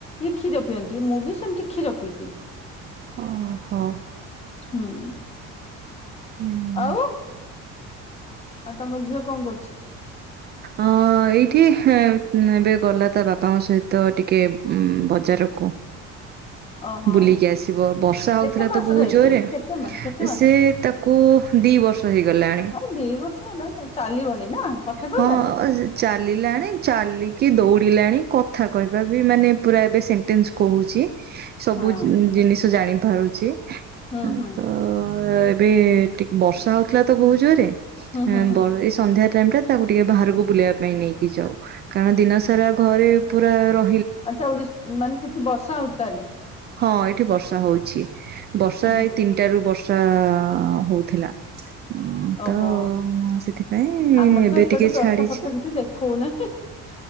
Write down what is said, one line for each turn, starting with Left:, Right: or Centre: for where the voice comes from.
Left: କ୍ଷୀର ପିଅନ୍ତି ମୁଁ ବି ସେମତି କ୍ଷୀର ପିଇଦିଏ।
Right: ଓ ହୋ
Left: ହୁଁ
Right: ହୁଁ।
Left: ଆଉ ଆଉ ତମ ଝିଅ କଣ କରୁଛି?
Right: ଅ ଏଇଠି ହଁ ଏବେ ଗଲା ତା ବାପାଙ୍କ ସହିତ ଟିକେ ଉ ବଜାରକୁ
Left: ଓହୋ
Right: ବୁଲିକି ଆସିବ ବର୍ଷା ହଉଥିଲା
Left: କେତେ ମାସର
Right: ତ ବହୁତ
Left: ହେଇଛି
Right: ଜୋରେ
Left: କେତେ ମା କେତେ ମାସ?
Right: ସେ ତାକୁ ଦିବର୍ଷ ହେଇଗଲାଣି।
Left: ହଁ ଦି ବର୍ଷ ହେଲାଣି ଚାଲିବଣି ନା କଥା କହିଲାଣି
Right: ହଁ ସେ ଚାଲିଲାଣି ଚାଲିକି ଦୌଡ଼ିଲାଣି। କଥା କହିବା ବି ମାନେ ପୁରା ଏବେ ସେଣ୍ଟେନ୍ସ କହୁଛି। ସବୁ
Left: ହଁ
Right: ଜିନିଷ ଜାଣି ଧରୁଛି।
Left: ହୁଁ ହୁଁ
Right: ତ ଏବେ ଟି ବର୍ଷା ହଉଥିଲା ତ ବୋହୁତ୍ ଜୋରରେ।
Left: ହୁଁ
Right: ଆ
Left: ହୁଁ ହୁଁ
Right: ବ ଏଇ ସନ୍ଧ୍ୟାରେ ଟାଇମ ଦେଖ। ତାକୁ ଟିକେ ବାହାରକୁ ବୁଲେଇବା ପାଇଁ ନେଇକି ଯାଓ। କାରଣ ଦିନ ସାରା ଘରେ ପୁରା ର
Left: ଆଛା ଓଡିଶ ମାନେ ସେଠି ବର୍ଷା ହଉଛି ତାହେଲେ?
Right: ହଁ ଏଠି ବର୍ଷା ହଉଛି। ବର୍ଷା
Left: ହୁଁ ହୁଁ
Right: ଏ ତିନିଟା ରୁ ବର୍ଷା ଚା ହେଉଥିଲା। ହ ତ
Left: ଓହୋ
Right: ହ ସେଥିପାଇଁ
Left: ଆମର
Right: ଏବେ
Left: ତ ଏପଟେ
Right: ଟିକେ
Left: ବର୍ଷା
Right: ଛାଡିଛି
Left: ଫର୍ଷା କିଛି ଦେଖଉନାହିଁ